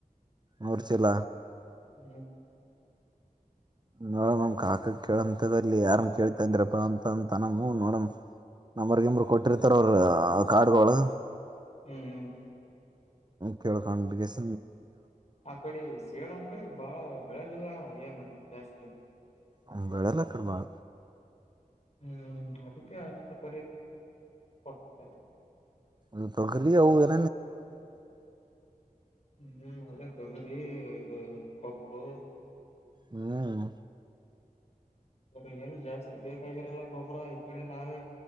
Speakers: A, on the right; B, on the left.
A: ಗೊತ್ತಿಲ್ಲ
B: ಹ್ಮ
A: ನೋಡ ನಮ ಕಾಕಕ್ ಕೇಳಂತಗಲ್ಲಿ ಯಾರನ್ ಕೇಳ್ತ ಅಂದ್ರಪ್ಪ ಅಂತ ಅಂತ ನಮ್ಮ ನೋಡಮ ನಂಬರ್ ಗಂಬರ್ ಕೊಟ್ಟಿರ್ತಾರ ಅವ್ರ ಕಾರ್ಡ್ಗಳಗಳು
B: ಹ್ಮ್
A: ಕವಳ ಕಸ
B: ಆ ಕಡೆ ಸಳಂ ಕಡೆ ಬಾಳ ಬೆಳೆಲಿಣ ಏನು ಜಾಸ್ತಿ
A: ಅಂಬಳಲ್ಲ ಕಡ್ಬಳ
B: ಹ್ಮ್ ಅದಕ್ಕೆ ಅಂತಪ ಕೊಡತ
A: ದು ಪ್ರಕ್ರಿಯೆ ಹಲ್ಲ
B: ಹ್ಮ ಅದ ತಗ್ರರಿ ಇ ಒಪ್ಪು
A: ಹ್ಮ್
B: ಅವ್ರ ಏನು ಜಾಸ್ತಿ ಬೇಕಾಗಿರಲ್ಲ ಗೊಬ್ರ ಈ ಕಡೆ ನಾವೇ